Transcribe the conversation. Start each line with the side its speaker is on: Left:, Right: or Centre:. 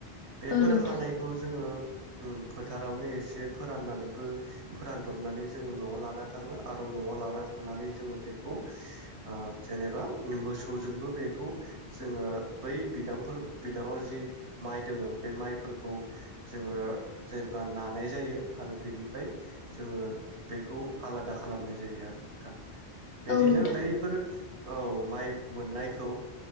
Right: बेफोर
Left: औ नोंथां
Right: हानायखौ जोङो ओम फोथारावनो एसे फोराननानैबो फोरानदबनानै जोङो न'आव लाना थाङो आरो न'आव लाना थांनानै जोङो बेखौ ओ जेनेबा मोसौजोंबो बेखौ जोङो बै बिदांफोर बिदाङाव जि माइ दोङो बे माइफोरखौ जोङो जेनेबा नानाय जायो आरो बेनिफ्राय जोङो बेखौ आलादा खालामनाय जायो आरो नोंथां। बिदिनो
Left: औ नोंथां
Right: बैफोर औ माइ मोननायखौ